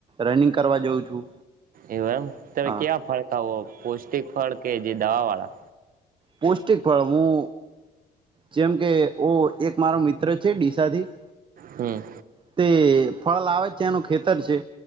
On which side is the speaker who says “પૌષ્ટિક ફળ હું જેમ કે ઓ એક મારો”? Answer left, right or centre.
Right